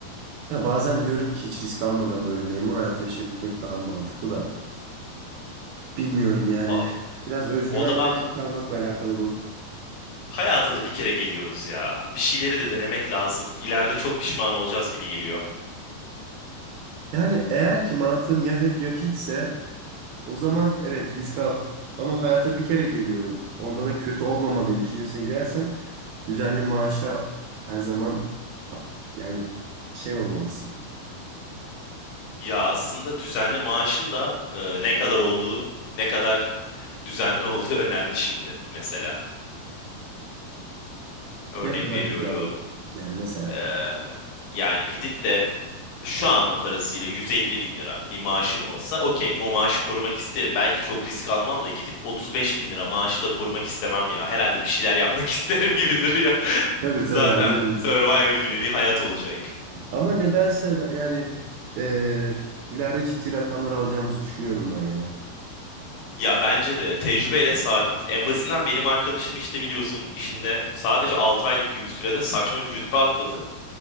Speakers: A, on the right; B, on the left.
A: Ya bazen diyorum ki hiç risk almadan böyle memur hayatı yaşayabilmek daha mantıklı da. Bilmiyorum yani.
B: Aa,
A: Biraz özgüven
B: O da
A: ve risk almakla alakalı bu.
B: hayata da bir kere geliyoruz ya. Bir şeyleri de denemek lazım. İleride çok pişman olacağız gibi geliyor.
A: Yani eğer ki mantığın ya hep ya hiçse o zaman evet risk al. Ama hayata bir kere geliyorum. Onda da kötü olmamalıyım düşüncesine girersen düzenli maaşa her zaman ta- yani şey olmalısın.
B: Ya aslında düzenli maaşın da e, ne kadar olduğu, ne kadar düzenli olduğu önemli şimdi mesela. Örnek
A: Ne kadar
B: veriyorum.
A: düzenli. Yani mesela.
B: e, yani gidip de şu anın parasıyla 150 bin lira bir maaşım olsa okey o maaşı korumak isterim. Belki çok risk almam da gidip 35 bin lira maaşı da korumak istemem ya. Herhalde bir şeyler yapmak <laughs> isterim gibi duruyor.
A: Tabii tabii
B: Zaten
A: anlıyorum.
B: Survivor gibi bir hayat olacak.
A: Ama nedense ben- yani eee, ileride ciddi rakamlar alacağımızı düşünüyorum ben ya.
B: Ya bence de tecrübeyle sabit. En basitinden benim arkadaşım işte biliyorsun işinde sadece 6 aylık gibi bir sürede saçma bir rütbe atladı.